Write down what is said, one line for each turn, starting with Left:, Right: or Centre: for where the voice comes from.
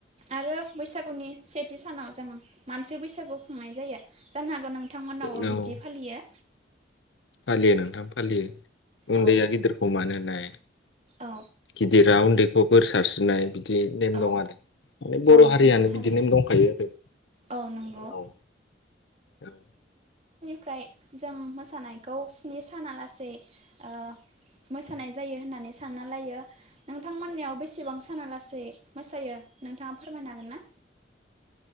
Right: आरो बैसागुनि सेथि सानाव जों मान सि बैसागु खुंनाय जायो। जानो हागौ नों थांमोनावबो
Left: औ
Right: बिदि फालियो?
Left: फालियो नोंथां फालियो। उन्दैया
Right: औ
Left: गिदिरखौ मानो होनाय, ए
Right: औ
Left: गिदिरा उन्दै खौ बोर सारस्रिनाय बिदि नेम
Right: औ
Left: दं आरो माने बर'
Right: औ नंगौ
Left: हारियानो
Right: थारैनो
Left: बिदि नेम दंखायो आरो।
Right: औ नंगौ
Left: औ औ
Right: फ्राय जों मोसानायखौ स्नि साना लासै ओ मोसानाय जायो होननानै सानना लायो। नोंथांमोननियाव बेसेबां साना लासै मोसायो नोंथाङा फोरमायनो हागोन ना?